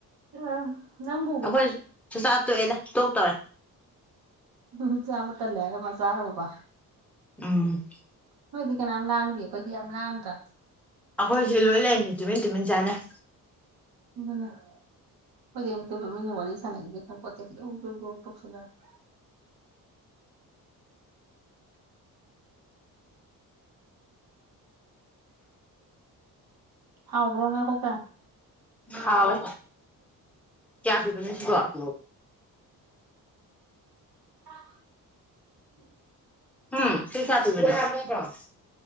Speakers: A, on the right; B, in the centre.
A: ꯎꯝ ꯅꯪꯕꯨꯕ
B: ꯑꯩꯈꯣꯏ ꯁꯨꯆꯥꯥ ꯇꯣꯛꯑꯦꯗ ꯇꯣꯛ ꯇꯧꯔꯦ
A: ꯍꯨꯝꯍꯨꯝ ꯆꯥꯕ ꯇꯜꯂꯦ ꯍꯥꯏꯔ ꯃꯥ ꯆꯥꯒꯔꯕꯕ
B: ꯎꯝ
A: ꯅꯣꯏꯗꯤ ꯀꯅꯥ ꯂꯥꯡꯗꯦ ꯑꯩꯈꯣꯏꯗꯤ ꯌꯥꯝ ꯂꯥꯡꯗ꯭ꯔꯥ
B: ꯑꯩꯈꯣꯏꯁꯨ ꯂꯣꯏ ꯂꯩꯔꯤꯅꯤ ꯇꯨꯃꯤꯟ ꯇꯨꯃꯤꯟ ꯆꯥꯅꯩ
A: ꯑꯗꯨꯅ ꯑꯩꯈꯣꯏꯗꯤ ꯑꯃꯨꯛꯇꯣꯏꯕ ꯃꯤꯅ ꯋꯥꯔꯤ ꯁꯥꯟꯅꯩꯒ ꯈꯪꯄꯣꯠꯇꯦ ꯌꯧ ꯌꯧ ꯌꯧ ꯇꯧꯁꯤꯜꯂꯛꯑ ꯍꯥꯎꯕ꯭ꯔꯣ ꯉꯥ ꯀꯧꯇꯥ
B: ꯍꯥꯎꯋꯦ ꯀꯌꯥ ꯄꯤꯕꯅ ꯁꯤꯕꯣ ꯑꯣ
A: <inaudible>
B: ꯎꯝ ꯊꯀ ꯍꯥꯄꯤ